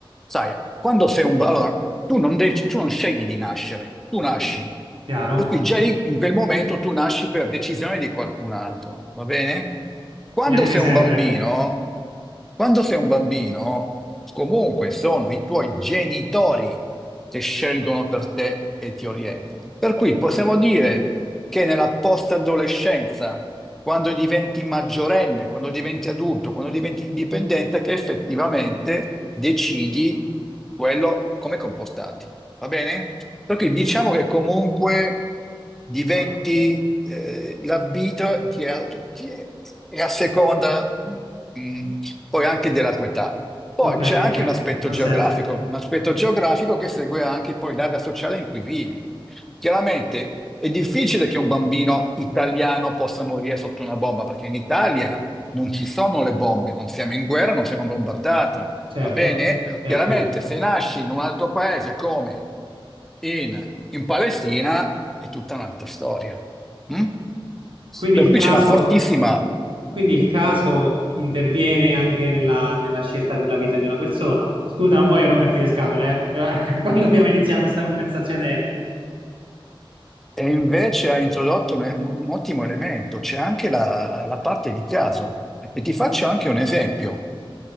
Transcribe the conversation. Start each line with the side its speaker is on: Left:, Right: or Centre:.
Centre: sai, quando sei un... ba- Allora, tu non, dec- tu non scegli di nascere, tu nasci.
Right: Chiaro?
Centre: Per cui già lì, in quel momento tu nasci per decisione di qualcun altro, va bene? Quando
Right: Neanche
Centre: sei
Right: sempre.
Centre: un bambino, quando sei un bambino, comunque sono i tuoi genitori che scelgono per te e ti orientano. Per cui possiamo dire che nella post-adolescenza, quando diventi maggiorenne, quando diventi adulto, quando diventi indipendente, che effettivamente decidi quello come comportarti. Va bene? Perché diciamo che comunque diventi
Right: Ok,
Centre: eh, l'arbitro ti, ti, e a seconda mm, poi anche della tua età. Poi
Right: ok,
Centre: c'è anche
Right: ok.
Centre: un aspetto
Right: Ha
Centre: geografico,
Right: senso.
Centre: un aspetto geografico che segue anche poi l'area sociale in cui vivi. Chiaramente è difficile che un bambino italiano possa morire sotto una bomba, perché in Italia non ci sono le bombe, non siamo in guerra, non siamo bombardati,
Right: Certo,
Centre: va bene?
Right: certo,
Centre: Chiaramente
Right: certo.
Centre: se nasci in un altro paese come in, in Palestina è tutta un'altra storia. mm?
Right: Quindi
Centre: Per
Right: il
Centre: cui
Right: caso,
Centre: c'è una fortissima,
Right: quindi il caso interviene anche nella, nella scelta della vita di una persona. Scusa, non voglio romperti le scatole, eh, però <laughs> quando abbiamo iniziato questa conversazione,
Centre: e invece ha introdotto un, un ottimo elemento, c'è anche la la parte di caso. E ti faccio anche un esempio.